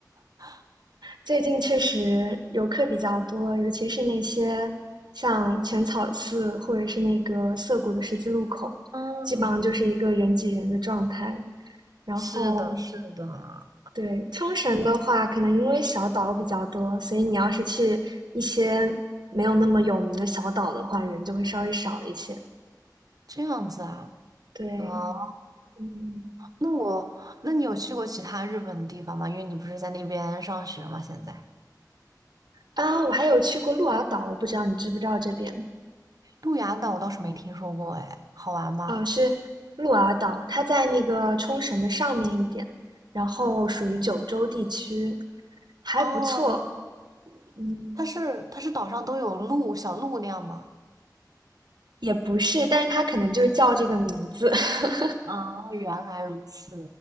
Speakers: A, on the right (about 60°); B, on the right (about 80°).
A: <laughs>
B: 最近确实游客比较多，尤其是那些像浅草寺或者是那个涩谷的十字路口，
A: 嗯，
B: 基本上就是一个人挤人的状态。然后
A: 是的，是的，
B: 对，冲绳的话，可能因为小岛比较多，所以你要是去一些没有那么有名的小岛的话，人就会稍微少一些。
A: 这样子啊。
B: 对，
A: 哦，
B: 嗯，
A: 那我，那你有去过其他日本的地方吗？因为你不是在那边上学吗？现在
B: 啊，我还有去过鹿儿岛，我不知道你知不知道这边
A: 鹿牙岛我倒是没听说过，哎，好玩吗？
B: 啊，是鹿儿岛，它在那个冲绳的上面一点，然后属于九州地区，还不错。
A: 哦，
B: 嗯，
A: 它是它是岛上都有鹿，小鹿那样吗？
B: 也不是，但是它可能就是叫这个名字。<laughs>
A: 啊，原来如此。